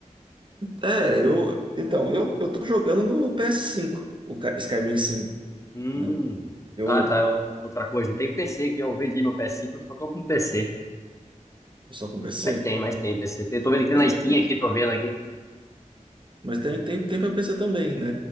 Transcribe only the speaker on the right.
É, eu. Então, eu, eu tô jogando no PS5, o Ca- Skyrim 5,
né? Eu
tô só com PC.
Mas
tem,
mas tem, tem, tem para PC também, né?